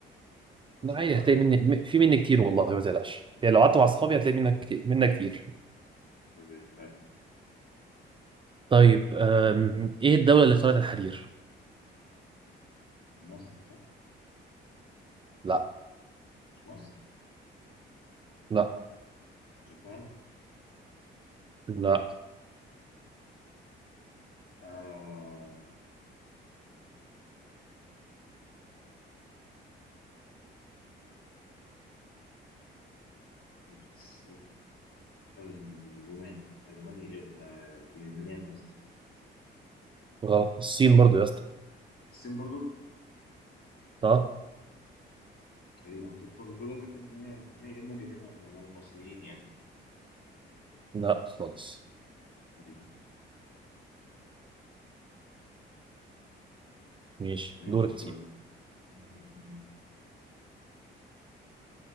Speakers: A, on the left; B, on the right.
A: ما
B: لا
A: شاء
B: عادي
A: الله
B: هتلاقي
A: يعني
B: مني م- في مني كتير والله ما تقلقش يعني لو قعدت مع اصحابي هتلاقي منك كتير منك كتير
A: ماشي. ها.
B: طيب آم، ايه الدوله اللي اخترعت الحرير؟
A: مصر صح
B: لا
A: مش مصر
B: لا
A: جابان
B: لا
A: آه... نفس الرومان الرومان إيه؟ ال- اليونان قصدي
B: غلط الصين برضو يا اسطى
A: الصين برضو
B: اه
A: غريبة انا كنت كنت فاكر ان هي ان هي اما اليونان او أو مصريين يعني
B: لا خالص
A: غريبة
B: ماشي
A: ماشي
B: دورك يا
A: تمام.
B: سيدي
A: مم.